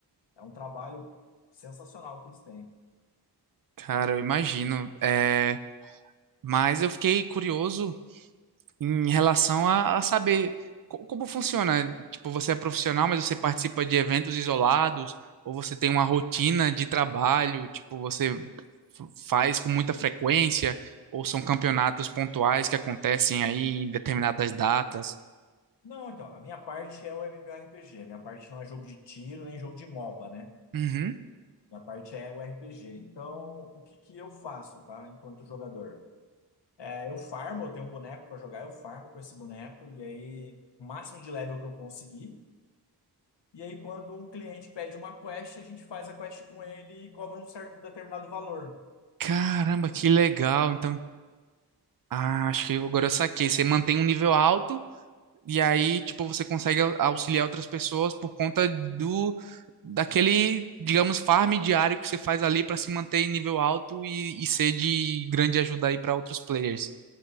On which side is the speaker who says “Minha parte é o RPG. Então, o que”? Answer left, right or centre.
Left